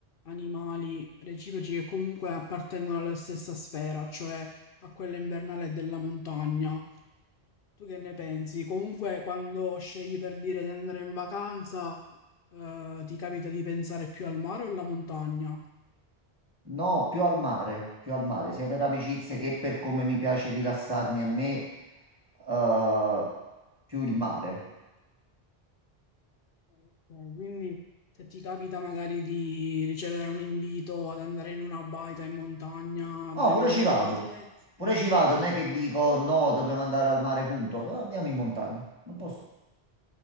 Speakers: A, on the left; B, on the right.
A: animali reciproci che comunque appartengono alla stessa sfera, cioè a quella invernale della montagna. Tu che ne pensi? Comunque quando scegli per dire di andare in vacanza, eh, ti capita di pensare più al mare o alla montagna?
B: No, più al mare, più al mare, sia per amicizie che per come mi piace rilassarmi a me, eh, più il mare.
A: Ok, quindi se ti capita magari di ricevere un invito ad andare in una baita in montagna a
B: No,
A: 2000
B: pure ci
A: metri
B: vado.
A: d'altezza,
B: Pure ci vado, non
A: Ah,
B: è che dico no, dobbiamo andare al mare, punto. No, andiamo in montagna. Ma posso.